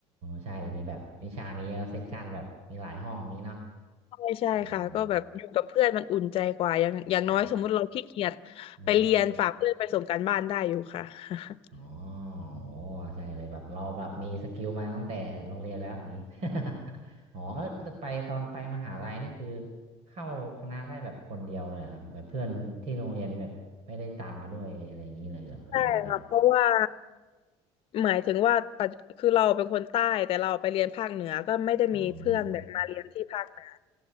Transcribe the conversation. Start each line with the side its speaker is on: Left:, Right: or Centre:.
Right: ใช่จะมีแบบวิชานี้เซกชันแบบมีหลายห้องนี้เนาะ
Left: ใช่ใช่ค่ะก็แบบอยู่กับเพื่อนมันอุ่นใจกว่าอย่างอย่างน้อยสมมุติเราขี้เกียจ
Right: อืมห้องเนาะอื
Left: ไปเรียนฝากเพื่อนไปส่งการบ้านได้อยู่ค่ะ
Right: ม
Left: <laughs>
Right: อ๋อโอ้ใช่เลยแบบเราแบบมีสกิลมาตั้งแต่โรงเรียนแล้วอย่างนี้ <laughs> อ๋อออไปตอนไปมหาลัยนี่คือเข้าคณะได้แบบคนเดียวเลยครับแบบเพื่อนที่โรงเรียนแบบไม่ได้ตามมาด้วยอะไรอย่างนี้เลยเหรอหรือว่าไง
Left: ใช่ค่ะเพราะว่าหมายถึงว่าปัจคือเราเป็นคนใต้แต่เราไปเรียนภาคเหนือก็ไม่ได้มีเพื่อนแบบมาเรียนที่ภาคเหนือ
Right: อ๋อ